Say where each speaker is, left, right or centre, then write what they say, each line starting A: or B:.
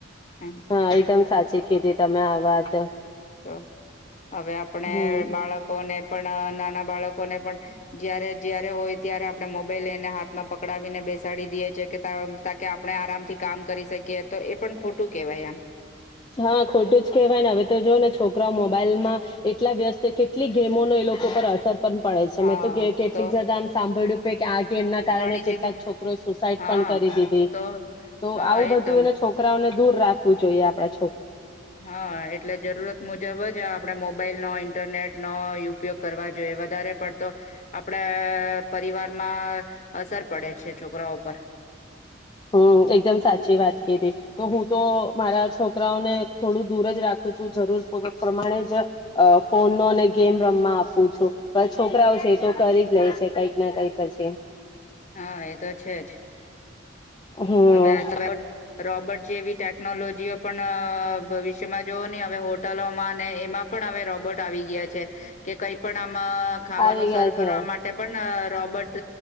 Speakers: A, on the left; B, on the left.
A: એમ
B: હા એકદમ સાચી કીધી તમે આ વાત.
A: તો હવે આપણે
B: હમ
A: બાળકોને પણ નાના બાળકોને પણ, જયારે જયારે હોય ત્યારે આપડણે મોબાઈલ લઈને હાથ માં પકડાવીને બેસાડી દે છે કે કે આપણે આરામથી કામ કરી શકીએ તો એ પણ ખોટું કેહેવાય એમ.
B: હા ખોટું જ કેહેવાય ને હવે તો જો ને છોકરા મોબાઈલ માં, એટલા વ્યસ્ત કેટલી ગેમો ન એ લોકો પર અસર પડે છે
A: હા,
B: મેં તો કેટલીક
A: તો
B: જગા આમ સાંભળ્યું પે કે આ ગે એમના કારણે
A: ઘણી જગ્યા
B: કેટલાક છોકરોએ સુસાઈડ
A: હા
B: પણ કરી દીધી,
A: તો
B: તો
A: હા
B: આવું
A: એ
B: બધું
A: તો
B: એના છોકરાઓને દૂર રાખવું જોઈએ આપણે.
A: હા એટલે જરૂરત મુજબ જ આપે મોબ મોબાઈલ નો ઈન્ટરનેટ નો ઉપયોગ કરવા જોઈએ વધારે પડતો આપડા પરિવારમાં અસર પડે છે છોકરા ઉપર
B: હમ એકદમ સાચી વાત કધી તો હું તો મારા છોકરાઓને થોડું દૂર જ રાખું છું જરૂર પ્રમાણે જ ફોનનોો અને ગેમ રમવા આપું છું પણ છોકરાઓ છે એ તો કરી જ લે છે કઈક ના કઈક પછી
A: હા એ તો છે જ
B: હમ
A: હવે રોબર્ટ જેવીટે ટેકનોલોજીઓ પણ ભવિષ્યમાં જોઓ નહી હવે હોટલોમાં અને એમાં પણ હવે રોબોટ આવી ગયા છે કે કઈ પણ ખાવાનું
B: આવી ગયા
A: સરર્
B: છે
A: કરવા માટે પણ રોબર્ટ